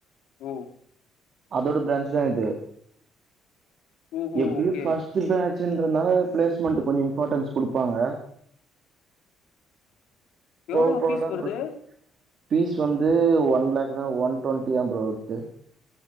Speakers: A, on the left; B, on the right.
A: ஓ
B: அதோட பிராஞ்சு தா இது
A: ஓஹோ
B: எப்டியு
A: ஓகே
B: ஃபஸ்ட் பேஜ் ச் இதுன்றநால பிளேஸ்மெண்ட் கொஞ்சோ இம்பார்ட்டண்ட்ஸ் குடுப்பாங்க போக
A: எவ்ளோ
B: போக
A: ஃபீஸ்
B: தா
A: வருது
B: ப்ரோ ஃபீஸ் வந்து ஒன் லேக்கு தா ஒன் டுவெண்ட்டி தா ஆகுது